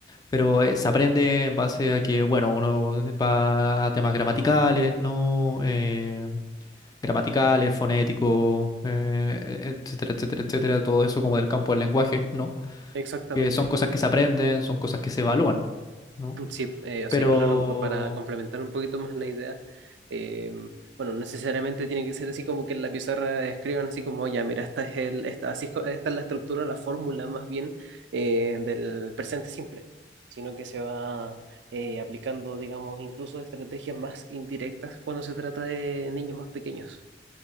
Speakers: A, on the left; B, on the right.
A: pero eh, se aprende en base a que, bueno, uno va a temas gramaticales, ¿no? eh, gramaticales, fonéticos, eh, etcétera, etcétera, etcétera, todo eso como del campo del lenguaje, ¿no?
B: Exactamente.
A: Que son cosas que se aprenden, son cosas que se evalúan, ¿no?
B: Mm, Sí, eh, o
A: Pero,
B: sea, y claro, co- para complementar un poquito más la idea, eh, bueno, no necesariamente tiene que ser así como que en la pizarra escriban así como, ya, mira, esta es el, esta, así es co- esta es la estructura, la fórmula más bien eh, del presente simple, sino que se va eh, aplicando, digamos, incluso estrategias más indirectas cuando se trata de niños más pequeños.